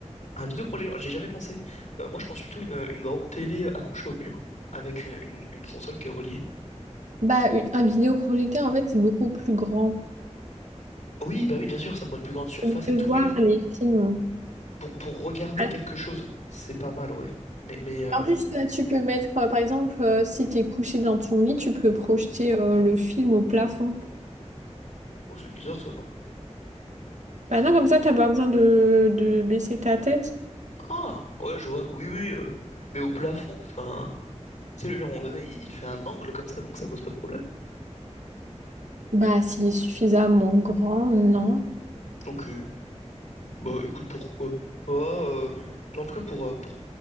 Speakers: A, on the left; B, on the right.
A: Un vidéoprojecteur, j'ai jamais pensé. Euh, moi, je pense plutôt une, une grande télé accrochée au mur, avec une, une- une console qui est reliée.
B: Bah, u- un vidéoprojecteur, en fait, c'est beaucoup plus grand.
A: Oui, bah oui, bien sûr, ça prend une plus grande surface
B: Tu peux
A: et tout,
B: mieux voir
A: oui, oui.
B: les films.
A: Pour, pour regarder
B: Ah,
A: quelque chose, c'est pas mal, ouais. Mais, mais euh,
B: En plus, euh, tu peux mettre, euh, par exemple, euh, si t'es couché dans ton lit, tu peux projeter euh, le film au plafond.
A: oh, c'est bizarre, ça, non?
B: Bah non, comme ça, t'as pas besoin de, de baisser ta tête.
A: Ah, ouais, je vois, oui, oui. euh, Mais au plafond, enfin, tu sais, le mur, à un moment donné, il, il fait un angle comme ça, donc ça pose pas de problème.
B: Bah, s'il est suffisamment grand, non.
A: Ok. Bah écoute, pourquoi pas. euh, en tout cas, pour, euh, pour,